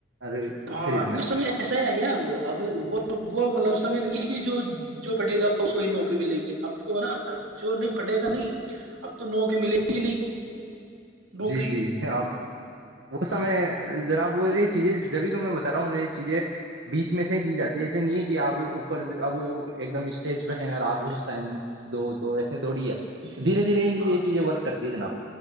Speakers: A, on the right; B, on the right.
A: ارے
B: ہاں
A: فیلڈ
B: کی
A: میں
B: اس سمے ایسا ہی آ گیا اب اب وہ وہ مطلب سمے نہیں ہے کہ جو جو پڑے گا نوکری ملے گی اب تو ہے نا جو نہیں پڑے گا نہیں اب تو نوکری ملے گی نہیں نوکری
A: جی جی ہم وہ سمے جناب وہ یہ چیزیں جبھی تو میں بتا رہا ہوں یہ چیزیں بیچ میں سے ہی دی جاتی ہے ایسے نہیں ہے کہ آپ اوپر اب وہ ایک دم اسٹیج پہ ہیں اور آپ اس ٹائم دو دو وسے تھوڑی ہے دھیرے دھیرے
B: ہاں
A: یہ چ جی ورک کرتے ہیں یہ جناب